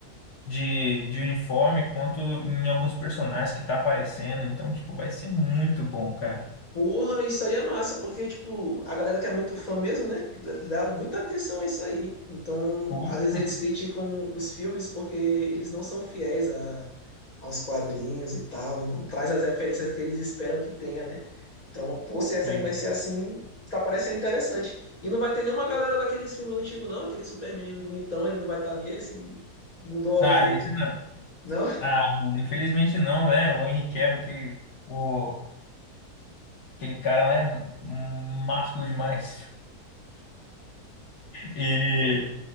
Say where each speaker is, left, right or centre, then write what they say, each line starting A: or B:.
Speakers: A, on the left; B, on the left.
A: de, de uniforme quanto em alguns personagens que tá aparecendo. Então, tipo, vai ser muito bom, cara.
B: Porra, isso aí é massa, porque, tipo, a galera que é muito fã mesmo, né, dá muita atenção a isso aí. Então,
A: Opa,
B: às vezes eles criticam os filmes porque eles não são fiéis a, aos quadrinhos e tal, não traz as referências que eles esperam que tenha, né? Então, pô, se essa
A: sim.
B: aí vai ser assim, tá parecendo interessante. E não vai ter nenhuma galera daqueles filmes antigos, não, aquele Superman bonitão, ele não vai estar nesse, mudou o autor.
A: Ah, esse não.
B: Não? <laughs>
A: Ah, mano, infelizmente não, né? O Henry Cavill, aquele. O, Aquele cara lá é másculo demais. E